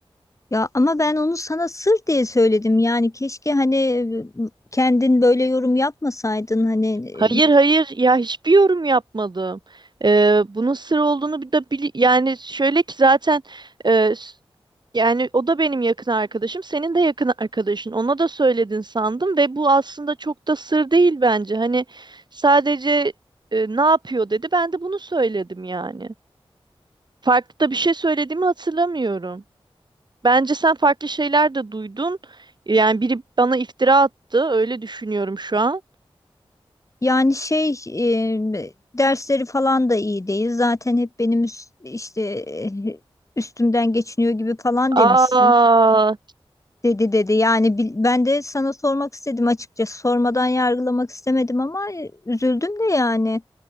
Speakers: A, on the left; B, on the right.
A: Ya ama ben onu sana sır diye söyledim. Yani keşke hani e, kendin böyle yorum yapmasaydın. Hani
B: Hayır
A: ıı,
B: hayır ya hiçbir yorum yapmadım. Ee, bunun sır olduğunu bir de bili- yani şöyle ki zaten e, s- yani o da benim yakın arkadaşım, senin de yakın arkadaşın. Ona da söyledin sandım ve bu aslında çok da sır değil bence. Hani sadece e, ne yapıyor dedi. Ben de bunu söyledim yani. Farklı da bir şey söylediğimi hatırlamıyorum. Bence sen farklı şeyler de duydun. Yani biri bana iftira attı. Öyle düşünüyorum şu an.
A: Yani şey e, dersleri falan da iyi değil. Zaten hep benim üst- işte e, üstümden geçiniyor gibi falan
B: Aa,
A: demişsin. Dedi dedi. Yani bil- ben de sana sormak istedim açıkçası. Sormadan yargılamak istemedim ama e, üzüldüm de yani.